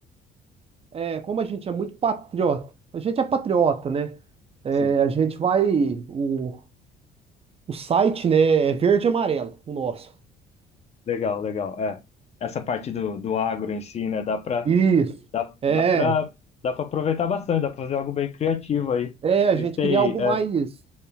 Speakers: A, on the right; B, on the left.
A: é, como a gente é muito patriota, a gente é patriota, né? É,
B: Sim,
A: a gente vai. O, o site, né? É verde e amarelo, o nosso.
B: legal, legal. É. Essa parte do, do agro em si, né? Dá para
A: Isso.
B: dá,
A: É.
B: dá para dá para aproveitar bastante, dá para fazer algo bem criativo aí.
A: É, a
B: Vocês
A: gente
B: têm,
A: queria algo
B: é,
A: mais.